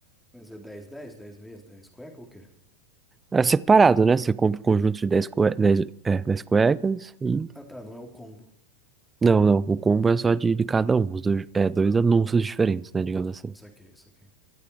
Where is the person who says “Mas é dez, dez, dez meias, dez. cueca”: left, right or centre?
Centre